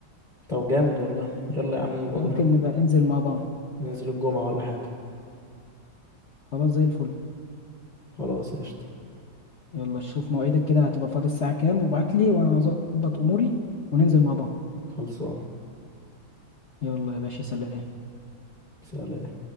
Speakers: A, on the left; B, on the left.
A: طب جامد والله يلا يا عم نبقى
B: ممكن
A: نروح الج...
B: نبقى ننزل مع بعض
A: ننزل الجمعة ولا حاجة
B: خلاص زي الفل
A: خلاص قشطة
B: يلا شوف مواعيدك كده هتبقى فاضي الساعة كام وابعت لي وانا هظبط اموري وننزل مع بعض
A: خلصان
B: يلا يا باشا سلام
A: سلام